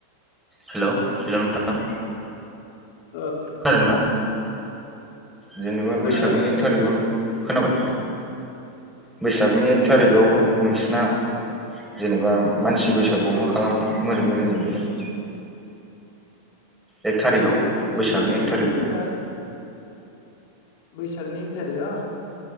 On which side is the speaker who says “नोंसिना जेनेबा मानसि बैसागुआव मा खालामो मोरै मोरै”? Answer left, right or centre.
Centre